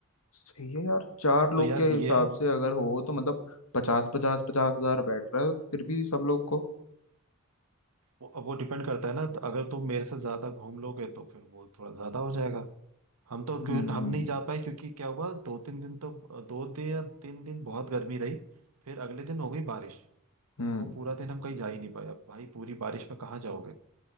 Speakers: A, on the left; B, on the right.
A: सही है यार चार
B: तो
A: लोग
B: यार
A: के हिसाब
B: ये
A: से अगर हो तो मतलब पचास पचास पचास हजार बैठ रहा है फिर भी सब लोग को
B: वो- अब वो डिपेंड करता है ना तो अगर तुम मेरे से ज्यादा घूम लोगे तो फिर वो थोड़ा ज्यादा हो जाएगा हम तो
A: हम्म
B: क्यों हम नहीं जा पाए क्योंकि क्या हुआ दो तीन दिन तो दो दिन या तीन दिन बहुत गर्मी रही फिर अगले दिन हो गई बारिश
A: हम्म
B: तो वो पूरा दिन हम कहीं जा ही नहीं पाए अब भाई पूरी बारिश में कहाँ जाओगे